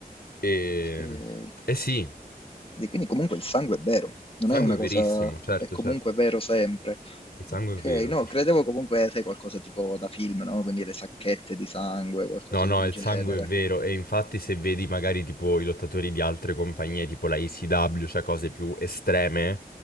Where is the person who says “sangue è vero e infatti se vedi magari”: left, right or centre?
Left